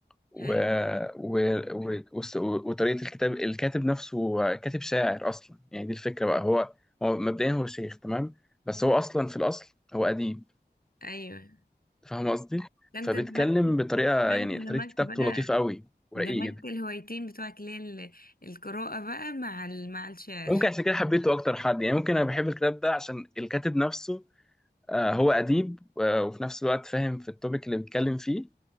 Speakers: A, in the centre; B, on the left.
A: و...
B: هل
A: و... و... وس- وطريقة الكتاب الكاتب نفسه آه، كاتب شاعر أصلا يعني دي الفكرة بقى هو هو مبدئيا هو شيخ تمام بس هو أصلا في الأصل هو أديب
B: ايوه
A: فاهم قصدي
B: ده انت
A: فبيتكلم
B: دمجت
A: بطريقه
B: ده
A: يعني
B: انت دمجت
A: طريقه كتابته
B: بقى
A: لطيفه قوي ورقيقه
B: دمجت
A: جدا
B: الهوايتين بتوعك اللي هي ال- القراءة بقى مع ال... مع الشعر
A: ممكن عشان كده حبيته اكتر حد يعني ممكن انا بحب الكتاب ده عشان الكاتب نفسه آه، هو اديب آه، وفي نفس الوقت فاهم في التوبيك اللي بيتكلم فيه